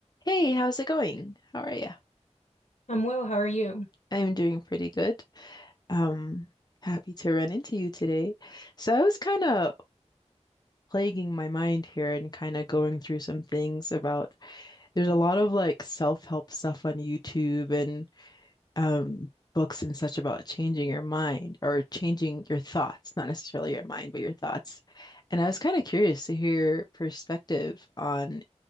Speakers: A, on the left; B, on the left.
A: Hey, how's it going? How are you?
B: I'm well, how are you?
A: I'm doing pretty good. Um, happy to run into you today. So I was kind of plaguing my mind here and kind of going through some things about there's a lot of like self-help stuff on YouTube and um books and such about changing your mind or changing your thoughts, not necessarily your mind, but your thoughts. And I was kind of curious to hear your perspective on,